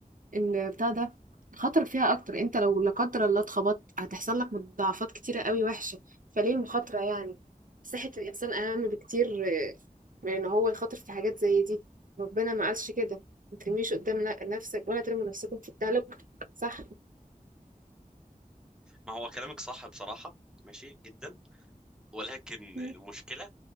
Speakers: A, on the right (about 65°); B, in the centre.
A: البتاع ده خاطرك فيها أكتر أنت لو لا قدر الله اتخبطت هتحصل لك مضاعفات كتيرة قوي وحشة فليه المخاطرة يعني صحة الإنسان أهم بكتير آه، من إن هو يخاطر في حاجات زي دي ربنا ما قالش كده ما ترميش قدام ن- نفسك ولا ترموا نفسكم في التهلكة صح
B: ما هو كلامك صح بصراحة ماشي جدا ولكن
A: مم.
B: المشكلة